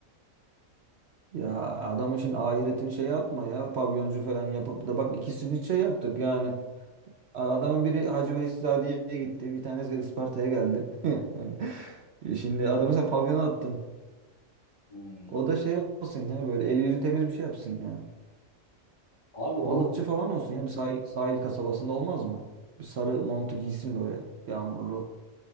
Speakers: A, on the right; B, on the left.
A: Ya adamın şimdi ahiretini şeye atma ya. Pavyoncu falan yapıp da bak ikisini şey yaptık yani. A- Adamın biri Hacı Veyseladiye'ye gitti. Bir tanesi Isparta'ya geldi. <laughs> Yani e şimdi adamı sen pavyona attın.
B: Hmm.
A: O da şey olsun ya böyle eli yüzü temiz bir şey yapsın yani.
B: Abi o
A: Balıkçı falan olsun ya bir sahil, sahil kasabasında olmaz mı? Bir sarı montu giysin böyle. Yağmurlu.